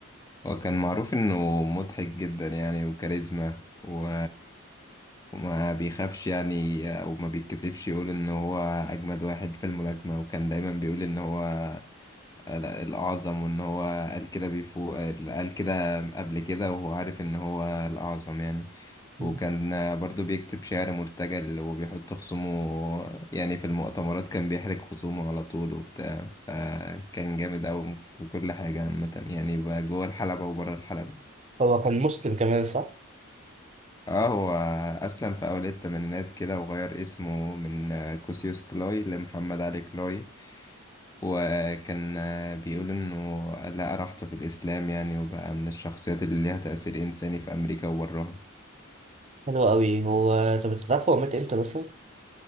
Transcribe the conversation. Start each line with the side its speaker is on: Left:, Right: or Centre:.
Left: هو كان معروف انه مضحك جدا يعني وكاريزما و... وما بيخافش يعني او ما بيتكسفش يقول ان هو اجمد واحد في الملاكمة وكان دايما بيقول ان هو لا، الأعظم وإن هو قال كده بيفوق قال كده قبل كده وهو عارف إن هو الأعظم يعني
Right: مم.
Left: وكان برضو بيكتب شعر مرتجل وبيحط خصومه يعني في المؤتمرات كان بيحرج خصومه على طول وبتاع فكان جامد أوي في كل حاجة عامة يعني بقى جوه الحلبة وبره الحلبة
Right: هو كان مسلم كمان صح؟
Left: اه هو أسلم في أوائل التمانينات كده وغير اسمه من آه، كوسيوس كلوي لمحمد علي كلوي وكان آه، بيقول إنه لقى راحته في الإسلام يعني وبقى من الشخصيات اللي ليها تأثير إنساني في أمريكا وبرها
Right: حلو أوي هو طب أنت تعرف هو مات إمتى مثلا؟